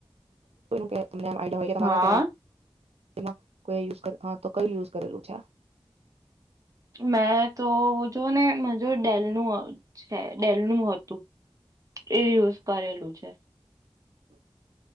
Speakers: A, on the right (about 85°); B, on the right (about 35°).
A: કે <inaudible> તમને એમ આઈડિયા હોય કે તમારા
B: હા
A: તેમાં કોઈ યુઝ કરેલું. હા તો કયું યુઝ કરેલું છે.
B: મેં તો જોને જો ડેલ <unintelligible> છે ડેલનું હતું. એ યુઝ કરેલું છે.
A: હ